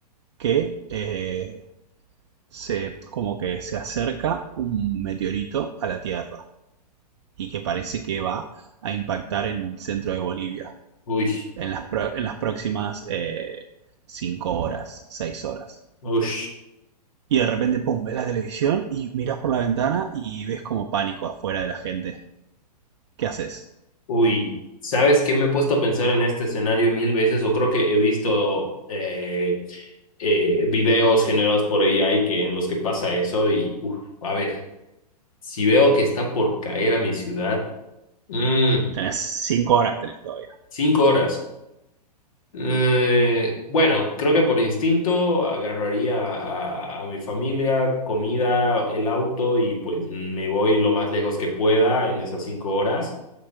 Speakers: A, on the right; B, on the left.
A: que eh, se, como que se acerca un meteorito a la Tierra y que parece que va a impactar en el centro de Bolivia
B: Uy,
A: en las, pro- en las próximas eh, cinco horas, seis horas.
B: uy,
A: Y de repente, pum, ves la televisión y miras por la ventana y ves como pánico afuera de la gente. ¿Qué haces?
B: uy. ¿Sabes qué me he puesto a pensar en este escenario mil veces? O creo que he visto eh, eh, videos generados por AI que, en los que pasa eso. Y, uf, a ver, si veo que está por caer a mi ciudad, mm,
A: Tenés cinco horas, tenés todavía.
B: cinco horas. Eh, bueno, creo que por instinto agarraría a, a mi familia, comida, el auto y pues me voy lo más lejos que pueda en esas cinco horas.